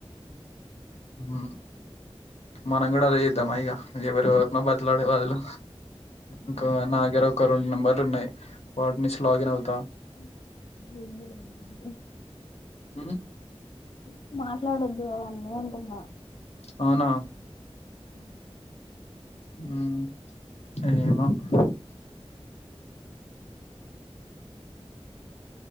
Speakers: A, on the left; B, on the left.
A: మ్మ్ మనం కూడ అదే చేద్దామా ఇగ ఎవరినో బతిమలాడే
B: ఆ
A: బదులు ఇంక
B: అవును
A: నా గ్గర ఒకరు రెండు నంబర్లు ఉన్నాయి వాటి నుంచి లాగిన్
B: ఇందులో
A: అవుతా
B: ఎన్ని వద్దు దేన్ని వద్దు
A: ఊ
B: <inaudible> మాట్లాడొద్దు అవన్నీ అంటున్నా
A: అవునా
B: ఊ
A: ఊ <inaudible>
B: ఊ